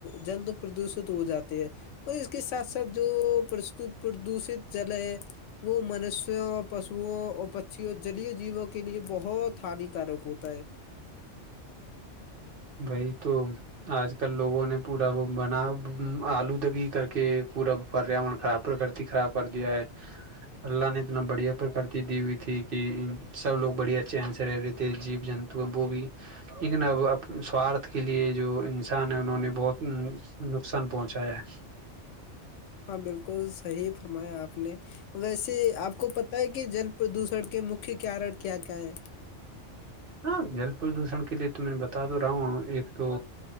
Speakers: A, on the left; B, on the right.
A: جلد پردوشت ہو جاتا اور اس کے ساتھ ساتھ جو پردوشت جل ہے وہ منش اور پشوؤ اور پشی جلی جیووں کے لیے بہت ہانیکارک ہوتا ہے
B: وہی تو آج کل لوگوں نے پورا وہ بنا آلو دبی کر کے پورا پریاورن خراب پرکتی خراب کر دیا ہے اللہ نے اتنا بڑھیا پرکرتی دی ہوئی تھی کہ سب لوگ بڑھیا چین سے رہ رہے تھے جیب جن وہ بھی لیکن اب سوارھ کے لیے جو انسان ہے انہوں نے بہت نقصان پہنچایا ہے
A: ہاں بالکل صحیح فرمایا آپ نے ویسے آپ کو پتا ہے کہ جل پردوشن کے مکھی کارن کیا کیا ہے
B: ہاں جل پردوشن کے لیے تو میں بتا دو رہا ہوں ایک تو